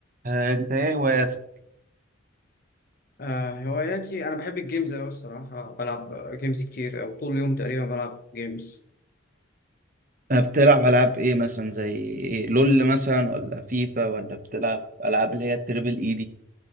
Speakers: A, on the right; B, on the left.
A: آه، انت ايه هواياتك
B: آه هواياتي أنا بحب الجيمز أوي الصراحة بلعب جيمز كتير أو طول اليوم تقريبا بلعب جيمز
A: بتلعب ألعاب إيه مثلا زي إيه؟ لول مثلا ولا فيفا ولا بتلعب ألعاب اللي هي التريبل إي دي